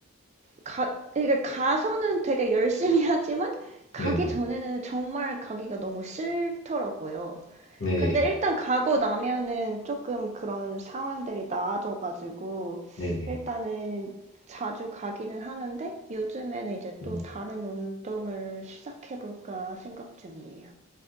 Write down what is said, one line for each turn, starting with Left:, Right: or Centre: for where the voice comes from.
Right: 가, 이게 가서는 되게 열심히 <laughs> 하지만, 가기
Left: 네네.
Right: 전에는 정말 가기가 너무 싫더라고요.
Left: 네.
Right: 근데 일단 가고 나면은 조금 그런 상황들이 나아져가지고
Left: 네네.
Right: 일단은 자주 가기는 하는데 요즘에는 이제
Left: 음,
Right: 또 다른 운동을 시작해볼까 생각 중이에요.